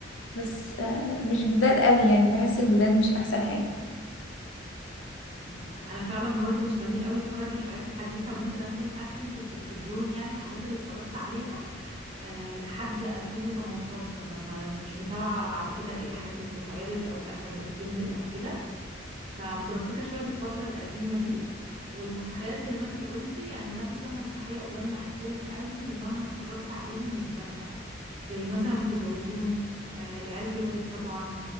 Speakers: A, on the left; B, on the right.
A: بس آه مش جداد قوي يعني بحس الجداد مش احسن حاجة
B: مم. انا فعلا برضو مش بميل قوي اتفرج للحاجات الحديثه ممكن اكون اخري في التلفزيون يعني الحاجات اللي اتفرجت عليها آه، لحد 2018 مثلا مش متابعة بعد كده ايه الحاجات اللي بتتعرض او الافلام اللي بتنزل او كده فمتمسكة شوية بالفترة القديمة دي والمسرحيات زي ما انتي قلتي يعني انا في كام مسرحية قدام بحبهم قوي ومهما اتفرجت عليهم مش بزهق زي مثلا متزوجون آه، العيال كبرت طبعا